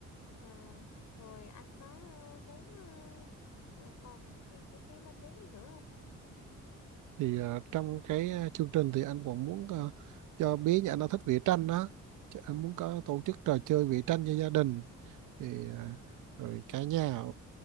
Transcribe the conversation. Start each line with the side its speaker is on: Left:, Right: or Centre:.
Left: À, rồi anh có ờ, muốn ờ, ờ, còn những cái cái mong muốn gì nữa
Right: thì à, trong cái à, chương trình thì anh còn muốn à, cho bé nhà anh nó thích vẽ tranh đó Chứ anh muốn có tổ chức trò chơi vẽ tranh cho gia đình thì à, rồi cả nhà